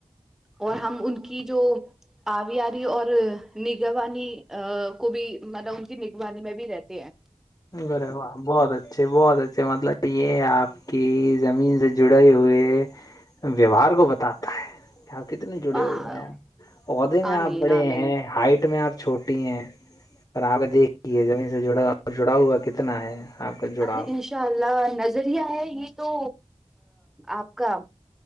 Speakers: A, in the centre; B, on the left.
A: اور ہم ان کی جو آویاری اور نگوانی کو بھی مطلب ان کی نگوانی میں بھی رہتے ہیں
B: ارے واہ بہت اچھے بہت اچھے مطلب یہ آپ کہ زمین سے جڑے ہی ہوئےہے ویوہار کو بتاتا ہے کہ آپ کتنے جڑے
A: آہ
B: ہوئے ہیں عہدے میں
A: آمین
B: آپ بڑے
A: آمین
B: ہیں ہائٹ میں آپ چھوٹے ھٹی ہیں پر آپ دیکھے زمین سے جڑا جڑا ہوا کتنا ہے آپ کا جڑاؤ
A: ارے انشاء اللہ نظریہ ہے یہ تو آپ کا